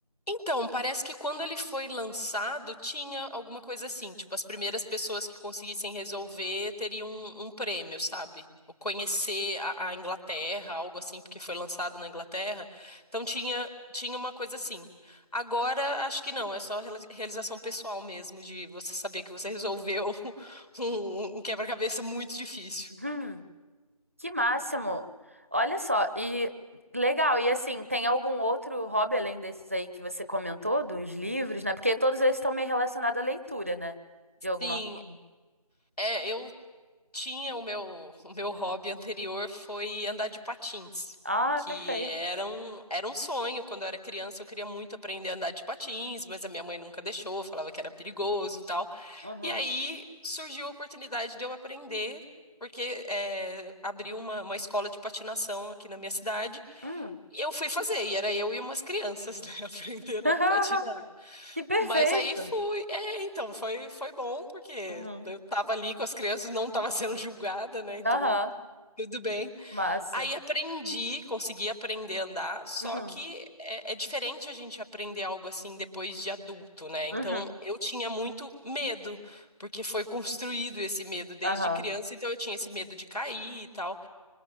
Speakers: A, on the left; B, on the right.
A: Então, parece que quando ele foi lançado, tinha alguma coisa assim, tipo, as primeiras pessoas que conseguissem resolver teriam um, um prêmio, sabe? O conhecer a, a Inglaterra, algo assim, porque foi lançado na Inglaterra. Então tinha, tinha uma coisa assim. Agora, acho que não, é só rela- realização pessoal mesmo, de você saber que você resolveu <laughs> um, um quebra-cabeça muito difícil.
B: Uhum. Que máximo! Olha só, e legal, e assim, tem algum outro hobby além desses aí que você comentou, dos livros, né? Porque todos eles estão meio relacionados à leitura, né? De alguma
A: Sim,
B: forma.
A: é, eu tinha o meu, <laughs> o meu hobby anterior foi andar de patins,
B: Ah,
A: que
B: perfeito.
A: era um, era um sonho. Quando eu era criança, eu queria muito aprender a andar de patins, mas a minha mãe nunca deixou, falava que era perigoso e tal.
B: Uhum.
A: E aí surgiu a oportunidade de eu aprender. Porque é, abriu uma, uma escola de patinação aqui na minha cidade
B: Hum.
A: e eu fui fazer, e era eu e umas crianças, né, <laughs> aprendendo
B: <laughs>
A: a patinar.
B: Que perfeito!
A: Mas aí fui. É, então, foi, foi bom, porque
B: Uhum.
A: eu tava ali com as crianças, não tava <laughs> sendo julgada, né? Então,
B: Aham,
A: tudo bem.
B: massa.
A: Aí aprendi, consegui aprender a andar, só
B: Uhum.
A: que é, é diferente a gente aprender algo assim depois de adulto, né? Então,
B: Uhum.
A: eu tinha muito medo, porque foi construído esse medo desde
B: Aham.
A: criança, então eu tinha esse medo de cair e tal.